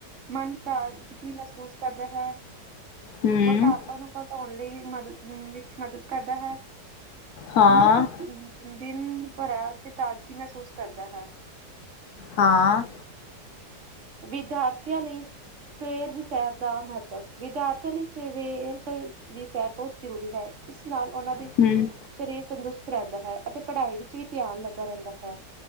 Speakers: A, on the right; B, on the left.
A: ਮਨ ਤਾਜ਼ਗੀ ਮਹਿਸੂਸ ਕਰਦਾ ਹੈ,
B: ਹੂੰ
A: ਮੋਟਾਪਾ ਨੂੰ ਘਟਾਉਣ ਲਈ ਮਦਦ ਵਿੱਚ ਮਦਦ ਕਰਦਾ ਹੈ
B: ਹਾਂ
A: ਮਨੁੱਖ ਅ ਦਿਨ ਭਰਾ ਤੇ ਤਾਜ਼ਗੀ ਮਹਿਸੂਸ ਕਰਦਾ ਹੈ।
B: ਹਾਂ।
A: ਵਿਦਿਆਰਥੀਆਂ ਲਈ ਸਵੇਰ ਦੀ ਸੈਰ ਦਾ ਮਹੱਤਵ, ਵਿਦਿਆਰਥੀਆਂ ਲਈ ਸਵੇਰ ਤੇ ਦੀ ਸੈਰ ਬਹੁਤ ਜ਼ਰੂਰੀ ਹੈ, ਇਸ ਨਾਲ ਉਹਨਾਂ ਦੇ
B: ਹੂੰ
A: ਸ਼ਰੀਰ ਤੰਦਰੁਸਤ ਰਹਿੰਦਾ ਹੈ, ਅਤੇ ਪੜ੍ਹਾਈ ਵਿੱਚ ਵੀ ਧਿਆਨ ਲੱਗਾ ਰਹਿੰਦਾ ਹੈ।